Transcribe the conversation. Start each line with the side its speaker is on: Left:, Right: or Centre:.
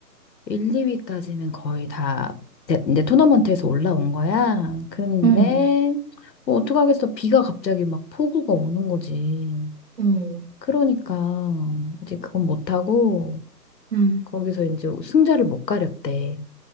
Left: 1, 2위까지는 거의 다 내, 내 토너먼트에서 올라온 거야. 근데
Right: 응.
Left: 뭐 어떡하겠어. 비가 갑자기 막 폭우가 오는 거지.
Right: 응.
Left: 그러니까 이제 그건 못하고
Right: 응.
Left: 거기서 이제 승자를 못 가렸대.